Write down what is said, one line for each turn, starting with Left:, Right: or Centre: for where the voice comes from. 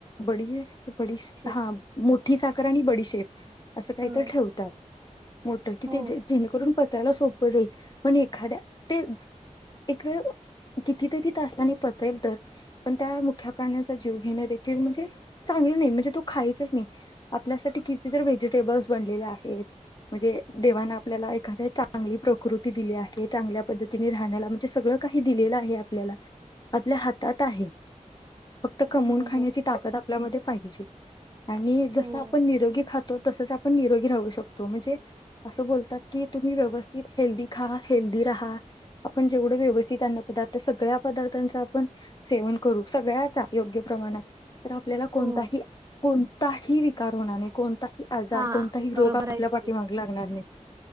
Left: ब ब
Right: शेप
Left: हा मोठी साखर आणि बडीशेप असं काहीत
Right: होय
Left: ठेवतात मोठ की
Right: हो
Left: ते जेणेकरून पचायला सोपं जाईल पण एखाद्या ते एकवेळ कितीतरी तासाने पचेल तर पण त्या मुख्या प्राण्याचा जीव घेणं देखील म्हणजे म्हणजे खायच नाही आपल्यासाठी किती व्हेजिटेबल बनलेल आहेत म्ह देवाांना आपल्याला एखाद्या चांगली प्रकृती दिली आहे चांगल्या पद्धतीने राहण्याला म्हणजे सगळं काही दिले दिलेल आहे आपल्याला आपल्या हातात आहे फक्त कमवून
Right: हो
Left: खाण्याची
Right: हो
Left: ताकद आपल्यामध्ये पाहिजे आणि जस
Right: हो
Left: आपण निरोगी खात तो तसच आपण निरोगी राहू शकतो म्हणजे असं बोलतात की तुम्ही व्यवस्थित हेल्दी खा हेल्दी राहा आपण जेवढं व्यवस्थित अन्न पदार्थ सगळ्या पदार्थांच आपण सेवन करू, सगळ्याचा योग्य प्रमाणात, तर आपल्याला कोणताही
Right: हो
Left: कोणताही विकार होणार नाही, कोणताही आजार-
Right: हा
Left: कोणताही
Right: बरोबर
Left: रोग आपल्या
Right: आहे
Left: पाठीमागे
Right: तुझ
Left: होणार नाही.